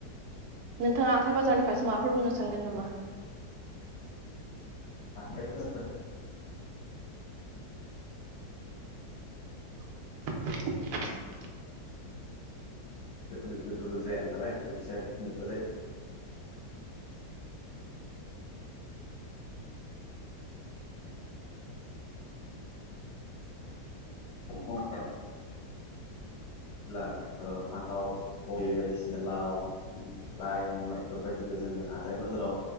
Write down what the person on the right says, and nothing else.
नोंथाङा हाथाय बाजारनिफ्रायसो माफोर बुंनो सानगोन नामा?
<inaudible>